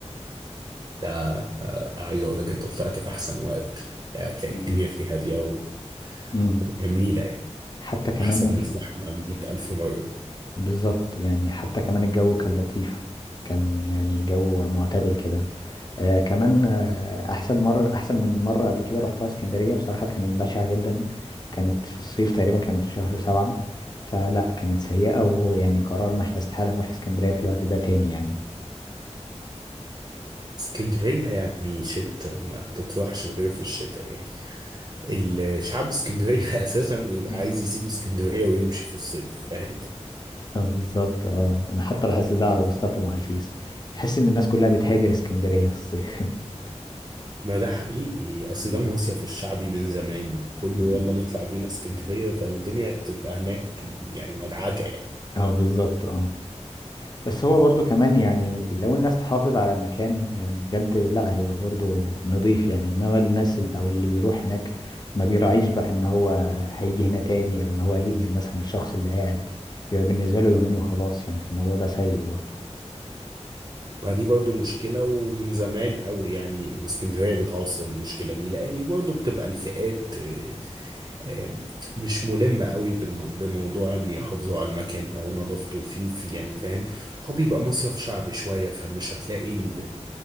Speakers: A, on the right; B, on the left.
A: ده آه، عايز أقول لك أنت طلعت في أحسن وقت يعني هتلاقي
B: مم.
A: الدنيا فيه هادية
B: مم.
A: وجميلة يعني.
B: حتى كمان
A: أحسن من الزحمة مية ألف مرة
B: بالظبط يعني حتى كمان الجو كان لطيف كان يعني جو معتدل كده آه كمان آه احسن مرة احسن من مرة قبل كده رحتها اسكندرية بصراحة كانت بشعة جدا كانت في الصيف تقريبا كانت في شهر سبعة فلا كانت سيئة وهو يعني قررنا احنا استحالة نروح اسكندرية في الوقت ده تاني يعني
A: اسكندرية يعني شتاء ما تطرحش غير في الشتاء يعني الشعب اسكندرية <laughs> أساسا بيبقى
B: مم.
A: عايز يسيب اسكندرية ويمشي في الصيف فاهم
B: اه بالظبط اه انا حتى لاحظت ده على بوستاتهم على الفيس تحس ان الناس كلها بتهاجر اسكندرية في الصيف <laughs>
A: ما ده حقيقي أصل
B: مم.
A: ده مصيف الشعبي من زمان كله
B: مم.
A: يلا نطلع بينا اسكندرية فالدنيا بتبقى هناك يعني مدعكة يعني.
B: اه بالظبط اه بس هو برضو كمان يعني لو الناس تحافظ على المكان يعني بجد لا هيبقى برضو نظيف يعني انما الناس ال- او اللي بيروح هناك ما بيراعيش بقى ان هو هيجي هنا تاني او ان هو هيأذي مثلا الشخص اللي قاعد بيبقى بالنسبة له يومين وخلاص يعني فالموضوع ده سيء برضو
A: ما دي برضو مشكلة ومن زمان قوي يعني اسكندرية بتعاصر المشكلة دي لأن برضو بتبقى الفئات آه، آه، مش ملمة قوي بالم- بموضوع إن يحافظوا على المكان أو نظافته فيه في يعني فاهم هو بيبقى مصيف شعبي شوية فمش هتلاقي ال